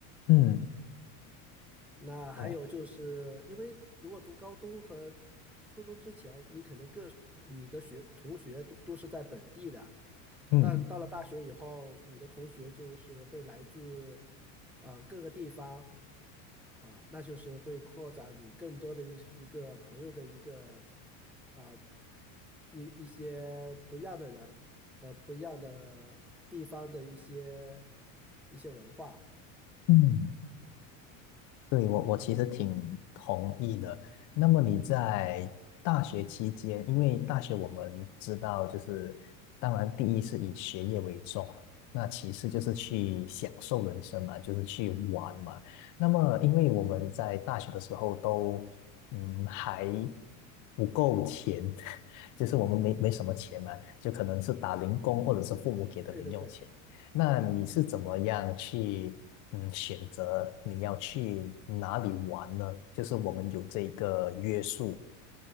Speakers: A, on the left (about 45°); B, in the centre.
A: 嗯，
B: 那还有就是，
A: 哦，
B: 因为如果读高中和初中之前，你可能各你的学同学都都是在本地的，
A: 嗯。
B: 但到了大学以后，你的同学就是会来自呃各个地方啊，那就是会扩展你更多的一一个朋友的一个啊一一些不一样的人和不一样的地方的一些一些文化。
A: 嗯对，我我其实挺同意的。那么你在大学期间，因为大学我们知道，就是当然第一是以学业为重，那其次就是去享受人生嘛，就是去玩嘛。那么因为我们在大学的时候都嗯还不够钱，<laughs> 就是我们没没什么钱嘛，就可能是打零工或者是父母给的零用钱。
B: 对对对。
A: 那你是怎么样去嗯选择你要去哪里玩呢？就是我们有这个约束。